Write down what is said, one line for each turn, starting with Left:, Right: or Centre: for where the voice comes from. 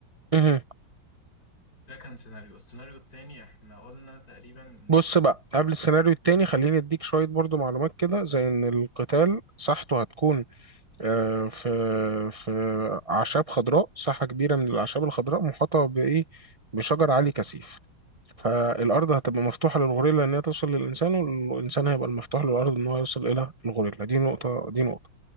Right: مهم.
Left: ده كان سيناريو السيناريو التاني احنا قلنا تقريبا
Right: بص بقى قبل السيناريو التاني خليني اديك شوية برضو معلومات كده زي ان القتال مساحته هتكون آه، في في اعشاب خضراء ساحة كبيرة من الاعشاب الخضراء محاطة بايه بشجر عالي كثيف فالارض هتبقى مفتوحة للغوريلا ان هي توصل للانسان والانسان هيبقى المفتوح للارض ان هو يوصل الى الغوريلا دي نقطة دي نقطة